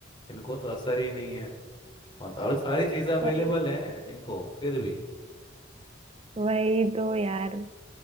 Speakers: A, on the left; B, on the right.
A: इनको तो असर ही नहीं है और और सारी चीज़ें अवेलेबल
B: वही
A: हैं इनको फिर भी
B: वही तो यार